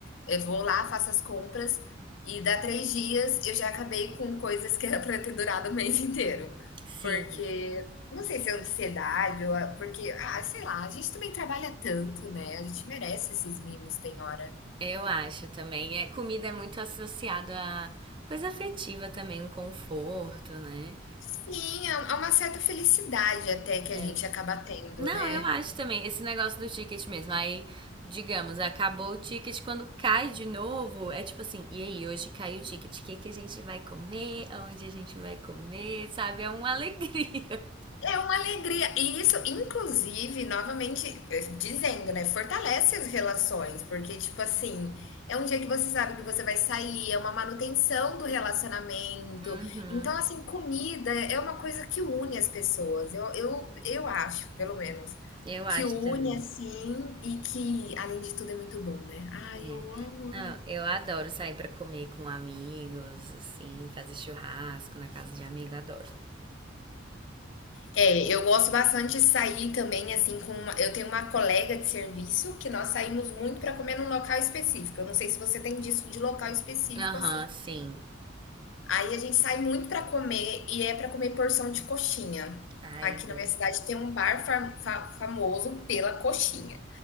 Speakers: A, on the left; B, on the right.
A: eu vou lá, faço as compras e dá três dias eu já acabei com coisas que era para ter durado o mês inteiro.
B: Sim,
A: Porque não sei se é ansiedade ou a- porque, ah, sei lá, a gente também trabalha tanto, né? A gente merece esses mimos, tem hora.
B: eu acho também. É, comida é muito associado a coisa afetiva também, um conforto, né?
A: Sim, há é uma certa felicidade até que
B: É.
A: a gente acaba tendo,
B: Não,
A: né?
B: eu acho também. Esse negócio do ticket mesmo. Aí, digamos, acabou o ticket, quando cai de novo, é tipo assim, e aí, hoje caiu o ticket, o que que a gente vai comer? aonde a gente vai comer? Sabe? É uma alegria. <laughs>
A: É uma alegria. E isso, inclusive, novamente eh, dizendo, né? Fortalece as relações, porque, tipo assim, é um dia que você sabe que você vai sair, é uma manutenção do relacionamento.
B: Uhum,
A: Então, assim, comida é uma coisa que une as pessoas. Eu, eu, eu acho, pelo menos,
B: eu acho
A: que une,
B: também.
A: assim, e que, além de tudo, é muito bom, né? ah eu
B: É.
A: amo, amo,
B: Não, eu adoro sair pra comer com amigos, assim, fazer churrasco na casa de amigo, adoro.
A: É, eu gosto bastante de sair também, assim, com uma eu tenho uma colega de serviço que nós saímos muito para comer num local específico. Eu não sei se você tem disso de local específico,
B: Aham,
A: assim.
B: sim.
A: Aí a gente sai muito para comer e é para comer porção de coxinha.
B: Ai,
A: Aqui
B: adoro.
A: na minha cidade tem um bar fa fa famoso pela coxinha.